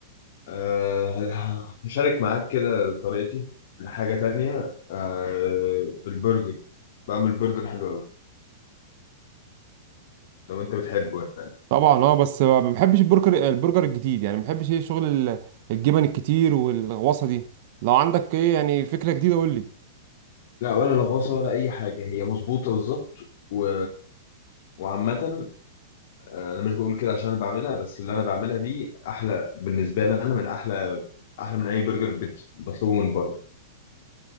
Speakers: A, on the left; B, on the right.
A: أه ه- هشارك معاك كده طريقتي لحاجة تانية أه البرجر بعمل برجر حلو أوي لو أنت بتحبه يعني
B: طبعا اه بس ما بحبش البرجر البرجر الجديد يعني ما بحبش ايه شغل ال- الجبن الكتير والغوصه دي لو عندك ايه يعني فكره جديده قول لي
A: لا ولا لغوصة ولا أي حاجة هي مظبوطة بالظبط و... وعامة آه، أنا مش بقول كده عشان أنا بعملها بس اللي أنا بعملها دي أحلى بالنسبة لي أنا من أحلى أحلى من أي برجر بت- بطلبه من بره